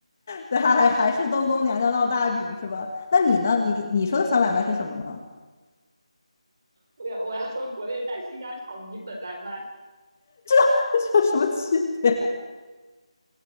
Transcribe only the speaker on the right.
我要我要从国内带新疆炒米粉来卖，